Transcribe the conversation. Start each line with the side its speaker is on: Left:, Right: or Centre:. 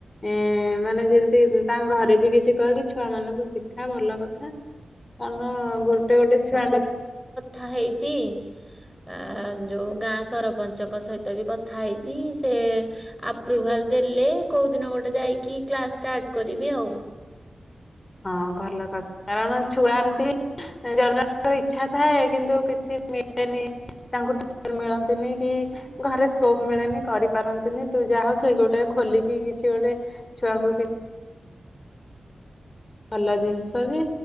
Left: ଏଁ ମାନେ ଯେମତି ତାଙ୍କ ଘରେ ବି କିଛି କହିକି ଛୁଆମାନୁଙ୍କୁ ଶିଖା ଭଲ କଥା। କାରଣ ଗୋଟେ ଗୋଟେ ଛୁଆଙ୍କ
Centre: ଥା ହେଇଚି। ଆଁ ଯୋଉ ଗାଁ ସରପଞ୍ଚଙ୍କ ସହିତ ବି କଥା ହେଇଚି ସେ। ଆପ୍ରୁଭାଲ ଦେଲେ କୋଉ ଦିନ ଗୋଟେ ଯାଇକି କ୍ଲାସ ଷ୍ଟାର୍ଟ କରିବି ଆଉ।
Left: ହଁ ଭଲ କଥା କାରଣ ଛୁଆ ଏମତି। ଏ ଜଣ ଜଣଙ୍କର ଇଚ୍ଛା ଥାଏ କିନ୍ତୁ କିଛି ମିଳେନି। ତାଙ୍କୁ ଟିଚର୍ ମିଳନ୍ତିନି କି। ଘରେ ସ୍କୋପ ମିଳେନି କରିପାରନ୍ତିନି ତୁ ଯାହାହଉ ସେଇ ଗୋଟେ ଖୋଲିକି କିଛି ଗୋଟେ। ଛୁଆଙ୍କୁ କି ଭଲ ଜିନିଷ ବି